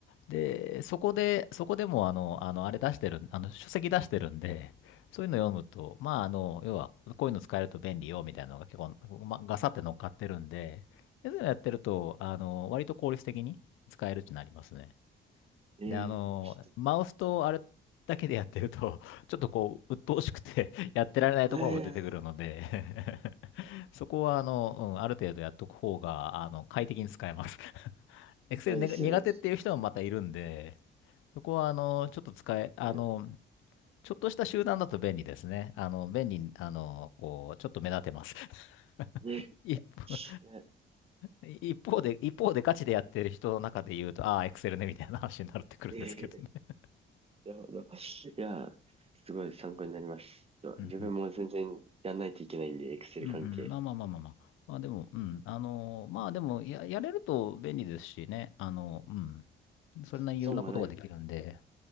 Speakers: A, on the left; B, on the right.
A: で、そこで、そこでも、あの、あの、あれ出してるん、あの、書籍出してるんで、そういうの読むと、まあ、あの、要は、こういうの使えると便利よ、みたいなのが結構、ま、ガサって乗っかってるんで、でそういうのやってると、あの、割と効率的に使えるってなりますね。
B: ええちょっ
A: で、あの、マウスとあれだけでやってると、<laughs> ちょっとこう、鬱陶しくて <laughs> やってられないところも出てくるので
B: と、ええ
A: <laughs> そこは、あの、うん、ある程度やっとく方が、あの、快適に使えます <laughs> Excel
B: そうですよね。
A: ね苦手っていう人もまたいるんで、
B: わ
A: そこは、あの、ちょっと使え、あの、
B: かります。
A: ちょっとした集団だと便利ですね。あの、便利、あの、こう、ちょっと目立てます。<laughs>
B: え
A: 一方、
B: え
A: 一方で、一方でガチでやってる人の中で言うと、ああ、エクセルね、みたいな話になってくるんですけどね。
B: ええ
A: <laughs>
B: なるほど。いや、すごい参考になります。ちょっと自分も全然やんないといけないんで、
A: うんうん。
B: Excel
A: うんうん。
B: 関係。
A: まあまあまあまあまあ。まあでも、うん。あの、まあでも、や、やれると便利ですしね。あの、うん。それなりにいろんなことができるんで。
B: 損はない。